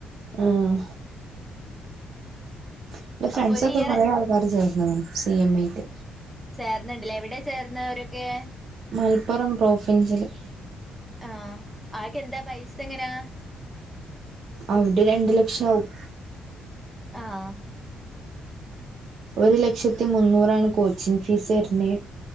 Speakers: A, on the right (about 60°); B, in the centre.
A: ഉം എന്റെ ഫ്രണ്ട്സ്
B: അപ്പൊ ഒരു
A: ഒക്കെ
B: ഇയർ
A: കൊറേ ആൾക്കാര് ചേർന്നതാണ് സി എം എ ക്ക്
B: ചേർന്നണ്ടില്ലേ എവടെയാ ചേർന്നേ അവരൊക്കെ.
A: മലപ്പുറം പ്രോഫിൻസില്
B: ആ ആക്കെന്താ പൈസ എങ്ങനാ?
A: അവിടെ രണ്ടു ലക്ഷം ആവും
B: ആഹ്
A: ഒരു ലക്ഷത്തി മുന്നൂറാണ് കോച്ചിങ് ഫീസ് വര്ണേ